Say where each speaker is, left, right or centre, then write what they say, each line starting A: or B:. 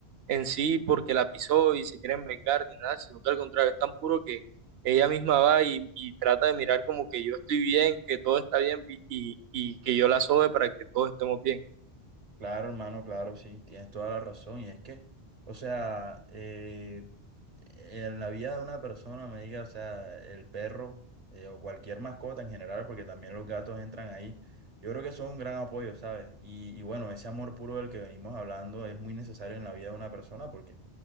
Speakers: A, on the right; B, on the right.
A: en sí porque la pisó y se quieren vengar ni nada, sino que al contrario, es tan puro que ella misma va y, y trata de mirar como que yo estoy bien, que todo está bien y, y- y que yo la sobe para que todos estemos bien.
B: Claro, hermano, claro, sí, tienes toda la razón. Y es que, o sea, eh, en la vida de una persona, me diga, o sea, el perro eh, o cualquier mascota en general, porque también los gatos entran ahí, yo creo que son un gran apoyo, ¿sabes? Y, y bueno, ese amor puro del que venimos hablando es muy necesario en la vida de una persona porque